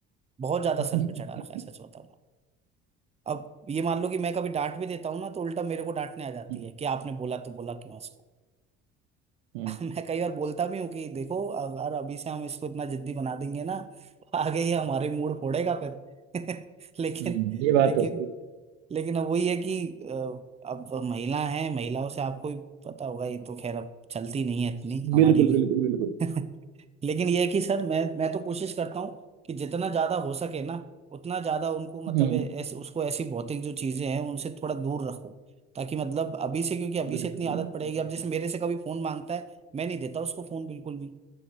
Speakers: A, on the right; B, on the right.
A: बहुत ज्यादा
B: <laughs>
A: सर पे चढ़ा रखा है सच बताऊँ अब ये मान लो कि मैं कभी डांट भी देता हूँ ना तो उल्टा मेरे को डांटने आ जाती
B: हम्म
A: है कि आपने बोला तो बोला क्यों उसको
B: हम्म
A: <laughs> मैं कई बार बोलता भी हूँ कि देखो अगर अभी से हम इसको इतना जिद्दी बना देंगे ना तो आगे ये हमारे मूड फोड़ेगा फिर <laughs> लेकिन
B: हम्म, ये बात
A: लेकिन
B: तो सही है
A: लेकिन अब वही है कि अ, अब महिला हैं महिलाओं से आपको भी पता होगा ये तो खैर अब चलती नहीं है इतनी हमारी
B: बिल्कुल
A: भी
B: बिल्कुल बिल्कुल
A: <laughs> लेकिन यह है कि सर मैं मैं तो कोशिश करता हूँ कि जितना ज्यादा हो सके ना उतना ज्यादा उनको मतलब
B: हम्म
A: ए- ऐसे उसको ऐसी भौतिक जो चीजें हैं उनसे थोड़ा दूर रखूं ताकि मतलब अभी से क्योंकि अभी
B: बिल्कुल
A: से इतनी आदत पड़ेगी
B: बिल्कुल।
A: अब जैसे मेरे से कभी फोन मांगता है मैं नहीं देता उसको फोन बिल्कुल भी